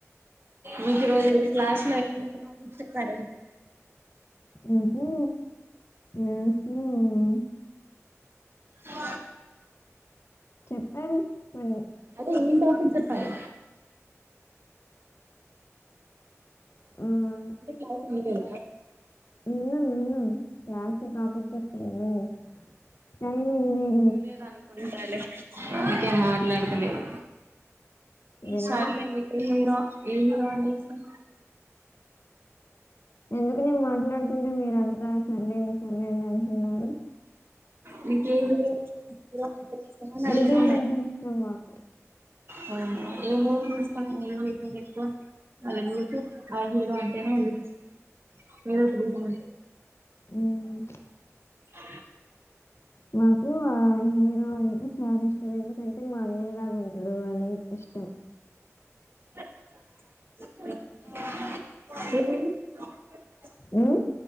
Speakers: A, on the right; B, on the left.
A: మీకు రోజు క్లాసులో ఏం ఏం టాపిక్ చెప్తారెంటి
B: ఉజు నష్ణ <inaudible> ఉ
A: ఆ
B: చెప్పారు కొన్నీ
A: అదే <inaudible> చెప్పారు
B: ఉమ్
A: ఐతే క్లాస్ విన్లేద
B: విన్నాం విన్నాం క్లాస్ టాపిక్ చెప్తే వినండి టైం ఏంది
A: ఉండేదాన్ని కొన్నిసార్లె అందుకే మాట్లాడతలేదు
B: విన్నా
A: సర్లే మీకే హీరో ఏ హీరో అంటె ఇష్టం
B: ఎందుకు నేను మాట్లాడుతుంటే మీరంతా సర్లేండి సర్లేండి అంటున్నారు
A: నీకే హీరో హీరో అంటే ఇష్టమని అడుగుతున్నా
B: ఎన్టీఆర్ అంటే ఇష్టం మాకు
A: వునా ఏ మూవీ చూస్తుంటావ్ ఏ హీరో ఎక్కువ వాళ్ళ ఎందుకు ఆ హీరో అంటేనే ఏందుకు ఏదో ఒక రీజన్ ఉంటుంది
B: ఉమ్
A: అ
B: మాకు ఆ మ్మ్ అ ది చాలా ఇష్టం ఎందుకం మ అన్నీ లాగా ఉంటడు అని ఇష్టం
A: <inaudible>
B: ఉమ్